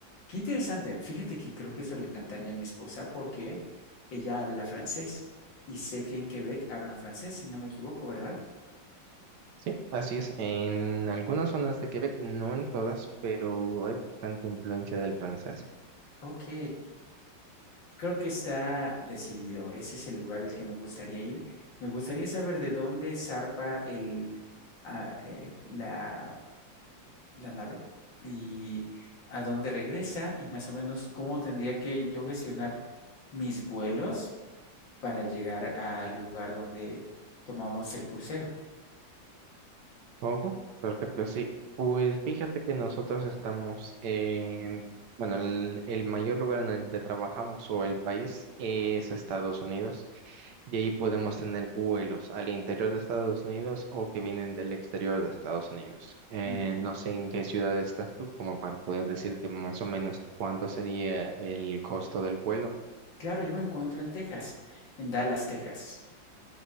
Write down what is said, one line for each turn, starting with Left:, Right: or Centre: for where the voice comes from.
Left: Qué interesante. Fíjate que creo que eso le encantaría a mi esposa porque ella habla francés y sé que en Quebec hablan francés, si no me equivoco, ¿verdad?
Right: Sí, así es. En algunas zonas de Quebec, no en todas, pero hay bastante influencia del francés.
Left: Ok, creo que está decidido. Ese es el lugar al que me gustaría ir. Me gustaría saber de dónde zarpa el, ah, eh, la, la nave y a dónde regresa y más o menos cómo tendría que yo gestionar mis vuelos para llegar al lugar donde tomamos el crucero.
Right: Ok, perfecto, sí. Pues fíjate que nosotros estamos en, bueno, el, el mayor lugar en el que trabajamos o el país es Estados Unidos. Y ahí podemos tener vuelos al interior de Estados Unidos o que vienen del exterior de Estados Unidos. Eh,
Left: Ujú.
Right: no sé en qué ciudad estás tú, como para poder decirte más o menos cuánto sería el costo del vuelo.
Left: Claro, yo me encuentro en Texas, en Dallas, Texas.